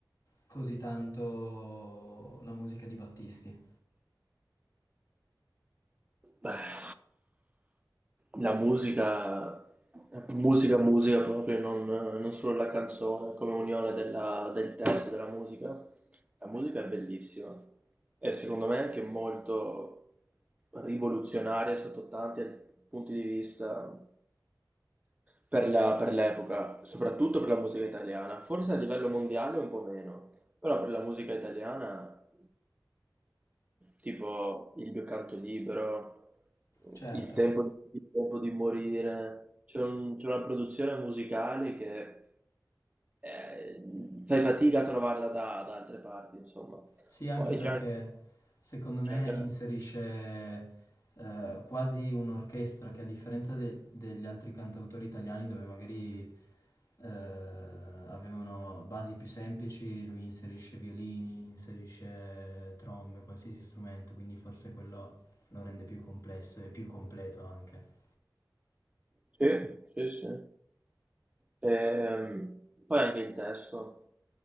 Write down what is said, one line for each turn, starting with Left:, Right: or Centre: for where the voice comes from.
Left: così tanto la musica di Battisti?
Right: Beh, la musica, musica, musica proprio, non, non solo la canzone, come unione della- del testo e della musica. La musica è bellissima e secondo me è anche molto rivoluzionaria sotto tanti punti di vista per la- per l'epoca, soprattutto per la musica italiana, forse a livello mondiale un po' meno, però per la musica italiana, tipo Il mio canto libero,
Left: Certo,
Right: Il tempo, il tempo di morire, c'è un- c'è una produzione musicale che eh, fai fatica a trovarla da, da altre parti, insomma.
Left: sì, anche
Right: Poi
Left: perché
Right: c'è anche,
Left: secondo me
Right: c'è anche
Left: inserisce eh, quasi un'orchestra che a differenza de- degli altri cantautori italiani dove magari eh, avevano basi più semplici, lui inserisce violini, inserisce trombe, qualsiasi strumento, quindi forse quello lo rende più complesso e più completo anche.
Right: Sì, sì, sì. Ehm, poi anche il testo.